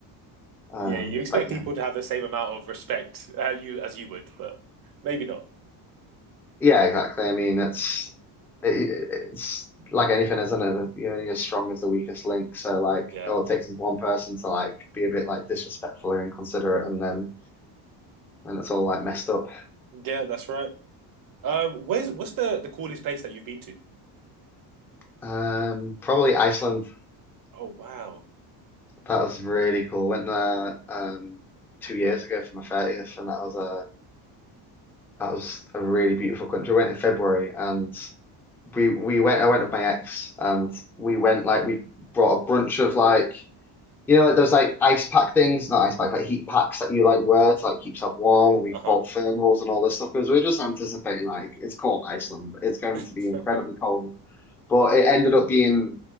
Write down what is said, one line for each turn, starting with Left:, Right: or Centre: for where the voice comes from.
Centre: Um,
Right: yeah, you expect
Centre: but yeah,
Right: people to have the same amount of respect uh, you as you would, but maybe not.
Centre: yeah, exactly. I mean, it's it, it's like anything, isn't it? You're only as strong as the weakest link. So like,
Right: Yeah,
Centre: all it takes is one person to like be a bit like disrespectful or inconsiderate, and then and it's all like messed up.
Right: yeah, that's right. Um, where's what's the the coolest place that you've been to?
Centre: Um, probably Iceland.
Right: Oh wow.
Centre: That was really cool. Went there um two years ago for my 30th, and that was a That was a really beautiful country. I went in February and we we went I went with my ex and we went like we brought a bunch of like you know like those like ice pack things, not ice pack, like heat packs that you like wear to like keep yourself warm and we
Right: Uh huh.
Centre: bought thermals and all this stuff because we were just anticipating like it's cold Iceland. It's going
Right: <laughs>
Centre: to be incredibly cold. But it ended up being